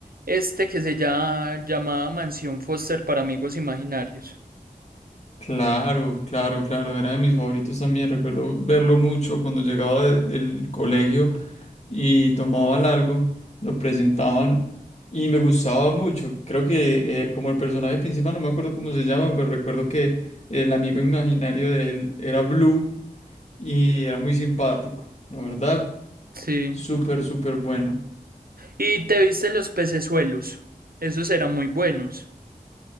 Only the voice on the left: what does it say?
Claro, claro, claro, era de mis favoritos también. Recuerdo verlo mucho cuando llegaba de- del colegio y tomaban algo, lo presentaban y me gustaba mucho. Creo que eh, como el personaje principal, no me acuerdo cómo se llama, pero recuerdo que el amigo imaginario de él era Blue y era muy simpático, la verdad,
súper, súper bueno.